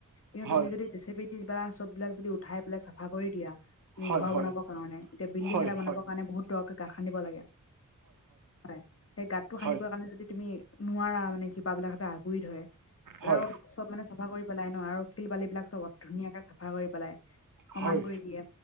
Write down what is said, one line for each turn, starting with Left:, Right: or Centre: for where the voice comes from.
Left: কিন্তু,
Right: হয়
Left: তুমি যদি জেচিপি দি বা চবিলাক যদি উঠাই পেলাই চাফা কৰি দিয়া তুমি
Right: হয়
Left: ঘৰ
Right: হয়
Left: বনাব কাৰণে এতিয়া বিল্ডিং
Right: হয়
Left: এটা বনাবৰ
Right: হয়
Left: কাৰণে বহুত দ'কে গাত খানিব লাগে। হয় সেই গাতটো খানিব
Right: হয়
Left: কাৰণে যদি তুমি নোৱাৰা মানে শিপাবিলাহতে আগুৰি ধৰে এ
Right: হয়
Left: চব মানে চাফা কৰি পেলাই ন আৰু শিল বালি বিলাক, চবত ধুনীয়াকে চাফা কৰি পেলাই সমান
Right: হয়
Left: কৰি দিয়ে।